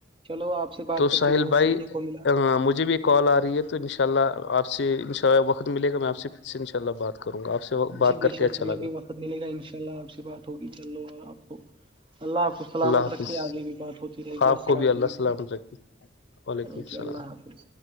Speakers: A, on the right; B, on the left.
A: چلو آپ سے بات
B: تو
A: کر
B: ساحل
A: کے بہت
B: بھائی
A: سیکھنے کو ملا
B: مجھے بھی ایک کال آ رہی ہے تو انشاء اللہ آپ سے ان شاء اللہ وقت ملے گا میں آپ سے پھر سے انشاء اللہ بات کروں گا آپ سے بات
A: جی بے
B: کر
A: شک
B: کے اچھا
A: ہمیں
B: لگا
A: بھی وقت ملے گا ان شاء اللہ آپ سے بات ہوگی چلو آپ کو اللہ آپ کو سلامت
B: اللہ حافظ
A: رکھی آگے بھی بات ہوتی رہے گی
B: آپ
A: السلام
B: کو بھی اللہ
A: علیکم
B: سلامت رکھے وعلیکم
A: رو
B: السلام
A: جی اللہ حافظ